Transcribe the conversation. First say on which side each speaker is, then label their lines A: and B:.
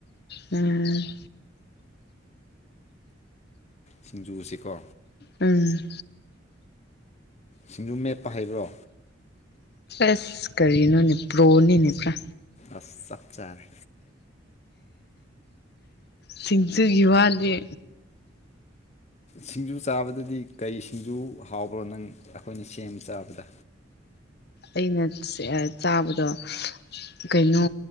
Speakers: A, on the left; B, on the left.
A: ꯎꯝ
B: ꯁꯤꯡꯖꯨꯁꯤꯀꯣ
A: ꯎꯝ
B: ꯁꯤꯡꯖꯨ ꯃꯦꯠꯄ ꯍꯥꯏꯩꯕ꯭ꯔꯣ
A: ꯑꯁ ꯀꯔꯤꯅꯣꯅꯦ ꯄ꯭ꯔꯣꯅꯤꯅꯦ ꯄꯨꯔꯥ
B: ꯑꯁ ꯆꯞ ꯆꯔꯦ
A: ꯁꯤꯁꯤꯡꯆꯣꯏ ꯍꯗ
B: ꯁꯤꯡꯖꯨ ꯆꯥꯕꯗꯗꯤ ꯀꯩ ꯁꯤꯡꯖꯨ ꯍꯥꯎꯕ꯭ꯔꯣ ꯅꯪ ꯑꯩꯈꯣꯏꯅ ꯁꯦꯝ ꯆꯥꯕꯗ
A: ꯑꯩꯅ ꯆꯥꯕꯗꯣ ꯀꯩꯅꯣ